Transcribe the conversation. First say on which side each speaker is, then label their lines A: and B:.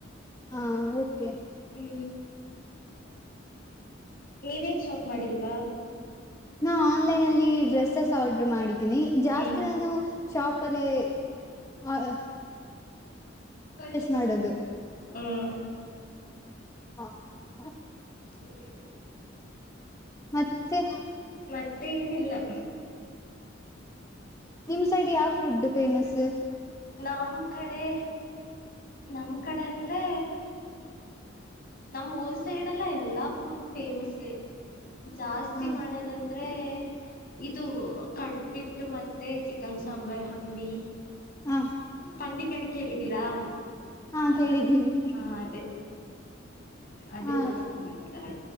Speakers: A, on the left; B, on the left.
A: ಹಾ ಓಕೆ.
B: ಹ್ಮ್. ನೀವೇನ್ ಶಾಪ್ ಮಾಡಿಲ್ವಾ.
A: ನಾ ಆನ್ಲೈನಲ್ಲಿ ಡ್ರೆಸ್ಸಸ್ ಆರ್ಡರ್ ಮಾಡಿದ್ದೀನಿ ಜಾಸ್ತಿ
B: ಹ್ಮ್
A: ನಾನು ಶಾಪ್ ಅಲ್ಲಿ ಅ
B: <inaudible>
A: ಮಾಡೋದು
B: ಹ್ಮ್.
A: ಹಾ ಅ
B: <inaudible>
A: ಮತ್ತೆ.
B: ಮತ್ತೆ ಏನಿಲ್ಲ.
A: ನಿಮ್ ಸೈಡ್ ಯಾವ ಫುಡ್ ಫೇಮಸ್.
B: ನಮ್ ಕಡೆ ನಮ್ ಕಡೆ ಅಂದ್ರೇ ನಮ್ಮ್ ಊರ್ ಸೈಡ್ ಎಲ್ಲಾ ಎಲ್ಲಾ ಫುಡ್ ಫೇಮಸೇ. ಜಾಸ್ತಿ
A: ಹ
B: ಮಾಡಕಂದ್ರೆ ಇದು ಕಡ್ಬಿಟ್ಟು ಮತ್ತೆ ಚಿ ಕ್ಕನ್ ಸಾಂಬಾರ್ ಹಂದಿ
A: ಹ
B: ಪಂದಿ ಕರಿ ಕೇಳಿದ್ದೀರಾ.
A: ಹಾ ಕೇಳಿದ್ದೀವಿ
B: ಹ ಅದೆೇ. ಅದೇ
A: ಹ
B: ಜಾಸ್ತಿ ಮಾಡ್ತಾರೆ.